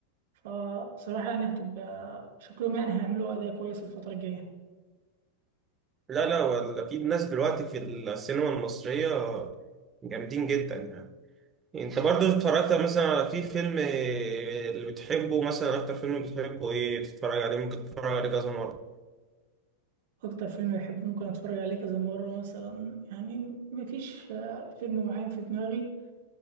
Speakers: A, on the right; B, on the right.
A: فصراحة يعني هتبقى شكلهم يعني هيعملوا أداء كويس الفترة الجاية
B: لا لا ولا في ناس دلوقتي في السينما المصرية جامدين جدا يعني انت برضو اتفرجت مثلا على في فيلم اللي بتحبه مثلا اكتر فيلم بتحبه ايه تتفرج عليه ممكن تتفرج عليه كذا مرة
A: أكتر فيلم بحبه ممكن أتفرج عليه كذا مرة مثلا يعني مفيش آه فيلم معين في دماغي